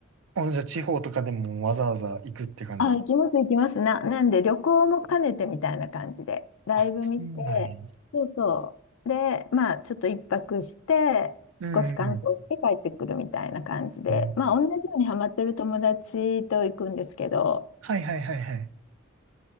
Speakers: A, on the right; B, on the left.
A: あ、じゃあ地方とかでもわざわざ行くって感じの。
B: あ、行きます、行きます。な、なんで、旅行も兼ねてみたいな感じで、ライブ見て、
A: あ、そうなんや。
B: そうそう。で、まあ、ちょっと一泊して、
A: うんうんうん。
B: 少し観光して帰ってくるみたいな感じで、
A: ね
B: まあ、同じようにハマってる友達と行くんですけど、
A: はいはいはいはい。